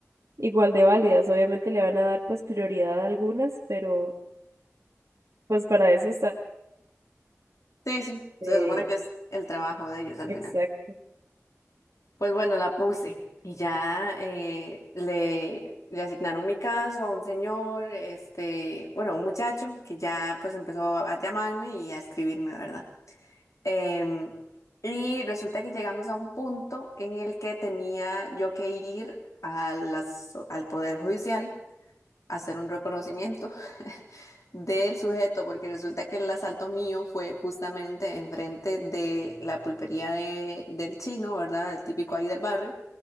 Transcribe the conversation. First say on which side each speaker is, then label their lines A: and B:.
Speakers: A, on the right (about 75°); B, on the left (about 80°).
A: igual de válidas. Obviamente le van a dar pues prioridad a algunas, pero pues para eso está...
B: Sí, sí, se
A: eh,
B: supone que es el trabajo de ellos al
A: exacto.
B: final. Pues bueno, la puse y ya eh, le, le asignaron mi caso a un señor, este, bueno, a un muchacho que ya pues empezó a llamarme y a escribirme, ¿verdad? Em, y resulta que llegamos a un punto en el que tenía yo que ir a las, al Poder Judicial a hacer un reconocimiento <laughs> del sujeto, porque resulta que el asalto mío fue justamente enfrente de la pulpería de, del chino, ¿verdad? El típico ahí del barrio